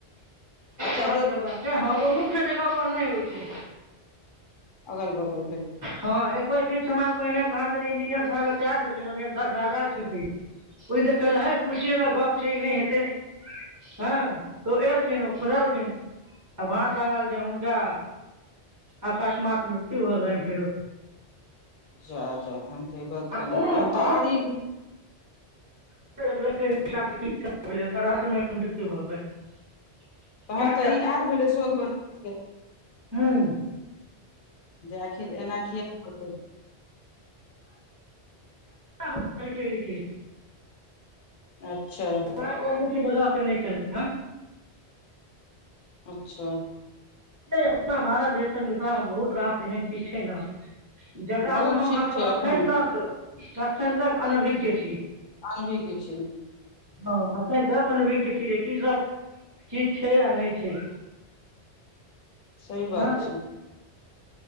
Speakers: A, on the left; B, on the right.
A: अच्छा
B: पल
A: जो
B: जगह के हँ ओ मुख्य जगह पर नहि होइ छै
A: अगल बगल भेल
B: हँ एक बेर किछु समय पहिने कहाँ दनी इंजीनियर साहेब क आलखिन अभियन्ता साहेब आयल छलखिन ओहि देखय ल हे फुसिए वला गप छै ई नहि हेतै हँ तऽ ओ एलखिन ओ खोदलखिन आ भाँज लागल जे हुनका अकस्मात मृत्यु भ गेलैनि फेरु
A: जा जा तहन तऽ ई बात
B: आ
A: कनि
B: को को
A: तहन तऽ आर ई
B: को कर ैि समय मृत्यु भऽ गेलै <inaudible>
A: तखन
B: कए
A: तऽ ई आर भेलै सोग ब से
B: हँ
A: जे आखिर एना किया न कहै
B: हो रहै छै ई छै
A: अच्छा
B: बगा कऽ नहि केलकै हन
A: अच्छा
B: से अपना भारत देशमे मिथिलामे बहुत रास एहन चीज छै न जकरासँ
A: बहुत
B: हम
A: चीज
B: अहाँसभ
A: छै
B: अखन
A: एखनो
B: तक एखन तक अनभिज्ञ छी
A: आर भी किछ
B: हँ एखन तक अनभिज्ञ छी जे की सब चीज छै आ नहि छै
A: सही बात
B: यहाँ
A: छै